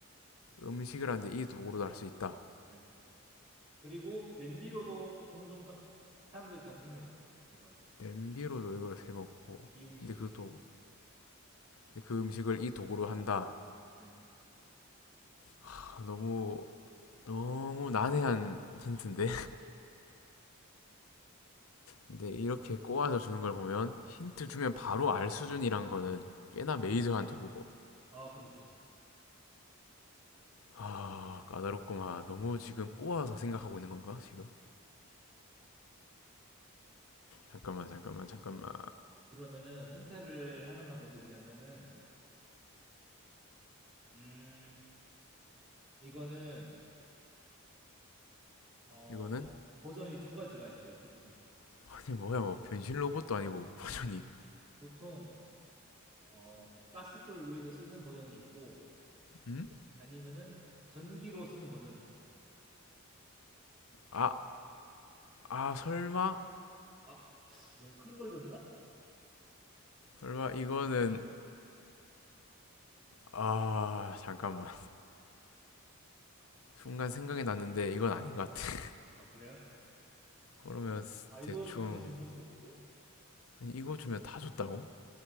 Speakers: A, on the left (about 75°); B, on the right (about 30°).
A: 음식을 하는데 이 도구로도 할 수 있다
B: 네. 그리고 냄비로도 종종 사, 사람들이 자주 해 먹어요. 이거를.
A: 냄비로도 이걸 세먹고
B: 이 음식을.
A: 근데 그 도... 근데 그 음식을 이 도구로 한다
B: 네.
A: 하, 너무 너무 난해한 힌트인데 근데 이렇게 꼬아서 주는 걸 보면 힌트 주면 바로 알 수준이란 거는 꽤나 메이저한 도구고.
B: 아, 그렇죠.
A: 아, 까다롭구만. 너무 지금 꼬아서 생각하고 있는 건가, 지금? 잠깐만, 잠깐만, 잠깐만.
B: 그러면은 힌트를 하나만 더 드리자면은 음, 이거는 어,
A: 이거는?
B: 버전이 두 가지가 있어요, 보통.
A: 아니, 뭐야, 뭐, 변신 로봇도 아니고, 버전이,
B: 보통 어, 가스불 위에서 쓰는 버전이 있고
A: 음?
B: 아니면은 전기로 쓰는 버전이 있어요.
A: 아, 아, 설마?
B: 아, 너무 큰 걸 줬나?
A: 설마, 이거는, 아, 잠깐만. 순간 생각이 났는데, 이건 아닌 것 같아.
B: 아, 그래요?
A: 그러면,
B: 아, 이거
A: 대충,
B: 주면 다 준 건데, 사실.
A: 아니, 이거 주면 다 줬다고?